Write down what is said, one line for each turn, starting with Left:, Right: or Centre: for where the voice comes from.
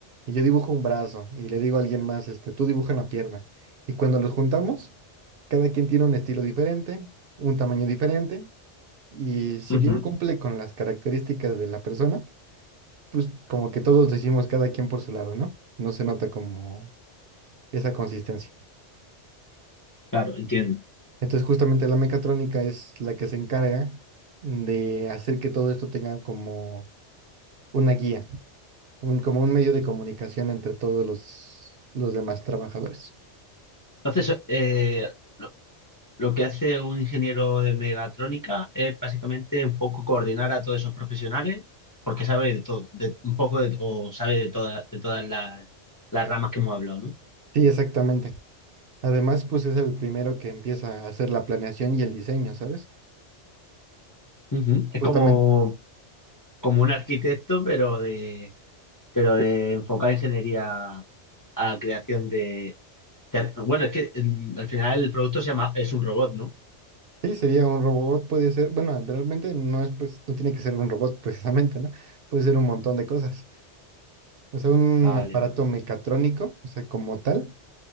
Right: y yo dibujo un brazo y le digo a alguien más, este, tú dibuja una pierna. Y cuando los juntamos, cada quien tiene un estilo diferente, un tamaño diferente y si
Left: ujú,
Right: bien cumple con las características de la persona, pues como que todos decimos cada quien por su lado, ¿no? No se nota como esa consistencia.
Left: Claro, entiendo.
Right: Entonces justamente la mecatrónica es la que se encarga de hacer que todo esto tenga como una guía, un, como un medio de comunicación entre todos los, los demás trabajadores.
Left: Entonces, eh, Lo que hace un ingeniero de megatrónica es básicamente un poco coordinar a todos esos profesionales, porque sabe de todo, de, un poco de, o sabe de todas, de todas las, las ramas que hemos hablado, ¿no?
Right: Sí, exactamente. Además, pues es el primero que empieza a hacer la planeación y el diseño, ¿sabes?
Left: Ujú. Es
Right: Justamente,
Left: como, como un arquitecto, pero de, pero de enfocar ingeniería a creación de, de- Bueno, es que mm, al final el producto se llama, es un robot, ¿no?
Right: sí, sería un robot, puede ser, bueno, realmente no es, pues, no tiene que ser un robot <laughs> precisamente, ¿no? Puede ser un montón de cosas. O sea, un
Left: Vale,
Right: aparato
Left: vale.
Right: mecatrónico, o sea, como tal,